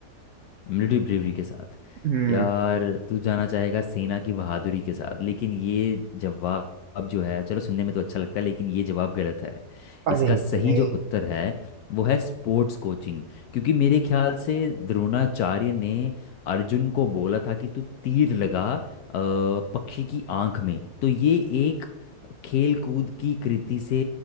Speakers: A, on the left (about 75°); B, on the right (about 65°).
A: मिलिट्री ब्रेवरी के साथ
B: हम्म
A: यार तू जाना चाहेगा सेना की बहादुरी के साथ लेकिन ये जवाब जो है चलो सुनने में तो अच्छा लगता है लेकिन ये जवाब गलत है
B: अरे
A: इसका सही
B: रे
A: जो उत्तर है वो है स्पोर्ट्स कोचिंग क्योंकि मेरे ख्याल से द्रोणाचार्य ने अर्जुन को बोला था कि तू तीर लगा अ, पक्षी की आंख में तो ये खेल कूद की कृति से